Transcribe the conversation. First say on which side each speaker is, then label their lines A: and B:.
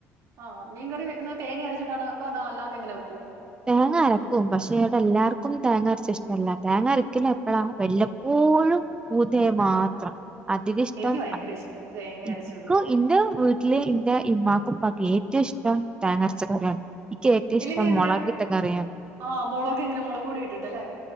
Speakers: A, on the right; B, on the right.
A: ആഹ് മീൻ കറി വെക്കുന്നത് തേങ്ങ അരച്ചിട്ടാണ് വെക്കോ അതോ അല്ലാതെങ്ങെക്കുവോ
B: തേങ്ങ അരക്കും പക്ഷെ അവിടെ എല്ലാർക്കും തേങ്ങ അരച്ച ഇഷ്ടല്ല തേങ്ങ അരക്കില്ല എപ്പഴാ വല്ലപ്പോഴും പൂതെ മാത്രം
A: ആ
B: അധിക ഇഷ്ടം.
A: എനിക്ക് ഭയങ്കര ഇഷ്ടം തേങ്ങ
B: ഇൻക്കും
A: അരച്ചത്
B: ഇന്റെ വീട്ടില് ഇന്റെ മാക്കുംപക്ക് ത് ഇഷ്ടം താൻറച്ച കാര്യാണ് എക്ക് ഏറ്റവും ഇഷ്ടം
A: ഇല്ലെങ്കിൽ എങ്ങനെയാ
B: മുളകിട്ട കറിയൻ
A: ആ മുളക് എങ്ങനെ മുളക് പൊടി ഇട്ടിട്ടല്ലേ